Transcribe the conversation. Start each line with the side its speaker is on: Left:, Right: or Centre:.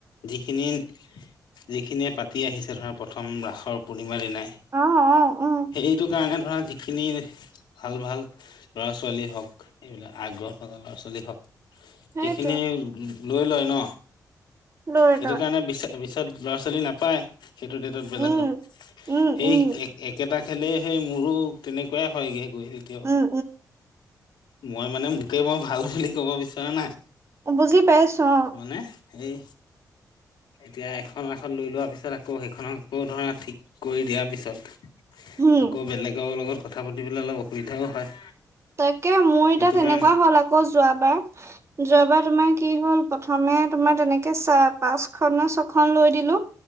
Left: যিখিনি যিখিনিয়ে পাতি আহিছে ধৰা প্ৰথম ৰাসৰ পূৰ্ণিমাৰ দিনাই,
Right: অ অ উম
Left: সেইটো কাৰণে ধৰা খিনি ভাল ভাল ল'ৰা-ছোৱালী হওক, এইবিলাক আগ্ৰহ থকা ল'ৰা-ছোৱালী হওক
Right: সেইটোৱে
Left: সেইখিনি লৈ লয় ন,
Right: লৈ
Left: সেইটো
Right: লয়
Left: কাৰণে বিশ্বাস তাৰপিছত ল'ৰা-ছোৱালী নাপায় সেইটো ডেটত বেলেগত,
Right: উম উম
Left: সেই
Right: উম
Left: একেটা খেলে সেই মোৰো তেনেকুৱাই হয়গৈ গৈ তেতিয়াও
Right: উম
Left: মই মানে মোকেই মই ভাল ক'ব বিচৰা নাই।
Right: বুজি পাইছোঁ অৱ।
Left: মানে এই এতিয়া এখন ৰাসত লৈ লোৱাৰ পিছত আকৌ সেইখনক আকৌ ধৰা ঠিক কৰি দিয়াৰ পিছত
Right: উম
Left: আকৌ বেলেগৰ লগত কথা পাতিবলৈ অলপ অসুবিধাও হয়।
Right: তাকে মোৰ এতিয়া
Left: সেইটো
Right: তেনেকুৱা
Left: কাৰণে
Right: হ'ল আকৌ যোৱাবাৰ, যোৱাবাৰ তোমাৰ কি হ'ল প্ৰথমে তোমাৰ তেনেকে চা পাঁচ না ছখন লৈ দিলোঁ।